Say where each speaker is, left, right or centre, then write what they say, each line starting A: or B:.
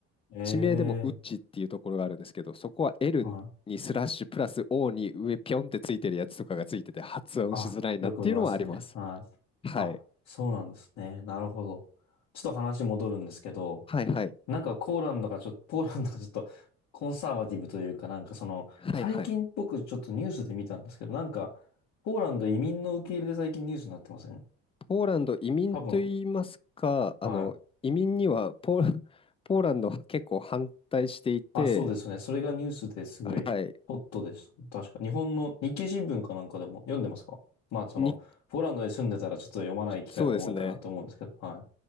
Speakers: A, on the left (about 65°); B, on the left (about 20°).
A: ええ
B: 地名でもウッチっていうところがあるんですけど、そこは L
A: ー。はい。
B: にスラッシュプラス O に上ピョンってついてるやつとかがついてて発音しづらいなっていうのはあります。
A: あ、よく見ますね。はい。
B: はい。
A: あ、そうなんですね。なるほど。ちょっと話戻るんですけど、
B: はいはい。
A: なんかポーランドがちょっと、<laughs> ポーランドがちょっとコンサーバティブというかなんかその、
B: はいはい。
A: 最近僕ちょっとニュースで見たんですけど、なんか、ポーランド移民の受け入れで最近ニュースになってません
B: ポーランド移民と言いますか、
A: 多分、
B: あの移民にはポーラ、
A: はい。
B: <laughs> ポーランドは結構反対していて、
A: あ、そうですね。それがニュースですごいホットです。
B: はい、
A: 確か。日本の日経新聞かなんかでも読んでますかまあその、
B: に、
A: ポーランドに住んでたらちょっと読まない機会も多いかなと思うんですけど、
B: そうですね。
A: はい。